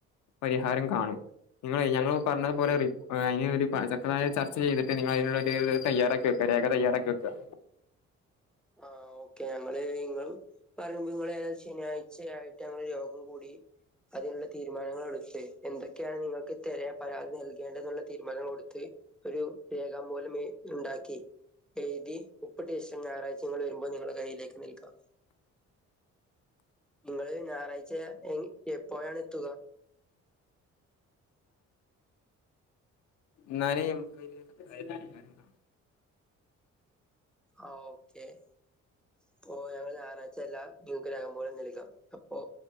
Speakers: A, on the left; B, in the centre.
A: പരിഹാരം കാണും. നിങ്ങൾ ഞങ്ങൾ പറഞ്ഞതുപോലെ റി അ ഒരു തക്കതായ ചർച്ച ചെയ്തിട്ട് നിങ്ങൾ അതിനുള്ള ഒരു തയ്യാറാക്കി വെക്കാം. വേഗം തയാറാക്കി വെക്കാം
B: ആ ഓക്കെ ഞങ്ങള് നിങ്ങള് പറമ്പുങ്ങളെ ശനിയാഴ്ചയായിട്ട് ഒരു യോഗം കൂടി അതിനുള്ള തീരുമാനങ്ങൾ എടുത്തെ എന്ത് എന്തൊക്കെയാണ് നിങ്ങൾക്ക് തെരെ പരാതി നൽകേണ്ടതുള്ള തീരുമാനങ്ങ കൊടുത്ത് ഒരു രേഖാമൂലം ഈ ഉണ്ട ഒക്കെ എഴുതി ഉപ്പിട്ട് ശേഷം ഞായറാഴ്ച നിങ്ങൾ വരുമ്പോൾ നിങ്ങളുടെ കയ്യിലേക്ക് നൽക്കാം നിങ്ങള് ഞായറാഴ്ച എപ്പോഴാണ് എത്തുക
A: എന്നാൽ നമ്മുക്ക് അതിന് പരിഹാരം കാണാം
B: ആ ഓക്കെ ഈ പോയെർന്നോ ഞായറാഴ്ച എല്ലാം നിങ്ങൾക്ക് രോഖമൂലം നൽക്കാം അപ്പൊ